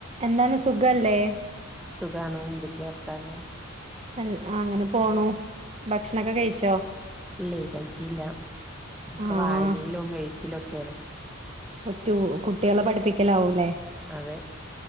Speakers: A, on the right; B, in the centre.
A: എന്താണ് സുഖല്ലേ.
B: സുഖണോ എന്തൊക്കെയ വർത്താനം.
A: അ അങ്ങനെ പോണു ഭക്ഷണൊക്കെ കഴിച്ചോ.
B: ഇല്ലേ കഴിച്ചില്ല ഒക്കെ
A: ആഹ്
B: വായനയിലും എഴുത്തിലൊക്കെയാണ്.
A: ഒറ്റു കുട്ടികളെ പഠിപ്പിക്കലാവൂല്ലേ.
B: അതെ.